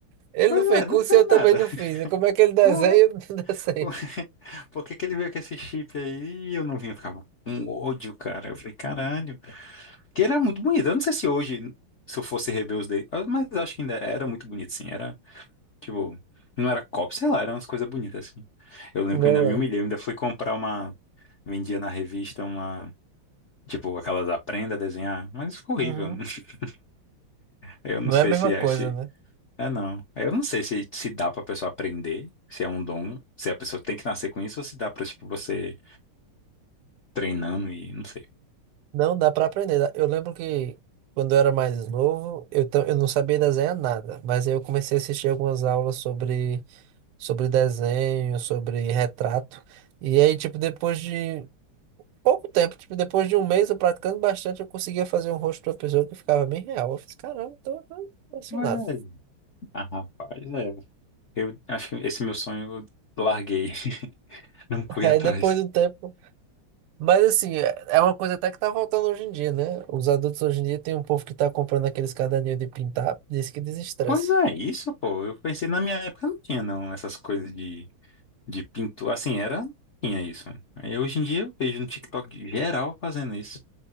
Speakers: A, on the right; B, on the left.
A: Ele
B: Pois
A: não fez
B: é,
A: curso
B: não fez
A: e eu também
B: nada,
A: não fiz. Como é que ele desenha
B: não é?
A: <laughs> e eu não <laughs> desenho?
B: <laughs> Por que que ele veio com esse chip aí e eu não vim? Eu ficava um ódio, cara. Eu falei, caralho. Que era muito bonito, eu não sei se hoje, se eu fosse rever os dele, mas eu acho que ainda era muito bonito, sim, era, tipo, não era cópia, sei lá, eram umas coisas bonitas, assim. Eu lembro
A: Não
B: que eu ainda me humilhei,
A: é.
B: eu ainda fui comprar uma, vendia na revista uma. Tipo, aquelas aprenda a desenhar, mas ficou horrível.
A: Uhum.
B: <laughs> Eu não
A: Não
B: sei
A: é a mesma
B: se
A: coisa,
B: é se
A: né?
B: é não. Eu não sei se se dá pra pessoa aprender, se é um dom, se a pessoa tem que nascer com isso ou se dá pra tipo você treinando e não sei.
A: Não dá pra aprender. Eu lembro que quando eu era mais novo, eu, ta- eu não sabia desenhar nada. Mas aí eu comecei a assistir algumas aulas sobre, sobre desenho, sobre retrato. E aí, tipo, depois de pouco tempo, tipo, depois de um mês eu praticando bastante, eu conseguia fazer um rosto de uma pessoa que ficava bem real. Eu fiz, caramba, tô, tô impressionado.
B: Olha aí. Ah, rapaz, é. Eu acho que esse meu sonho eu larguei, <laughs> não
A: <laughs>
B: fui
A: Aí
B: atrás.
A: depois do tempo. Mas assim, é é uma coisa até que tá faltando hoje em dia, né? Os adultos hoje em dia tem um povo que tá comprando aqueles caderninhos de pintar, diz que desestressa.
B: Pois não é isso, pô. Eu pensei na minha época não tinha não essas coisas de de pintura, assim, era tinha isso. Aí hoje em dia eu vejo no TikTok de geral fazendo isso.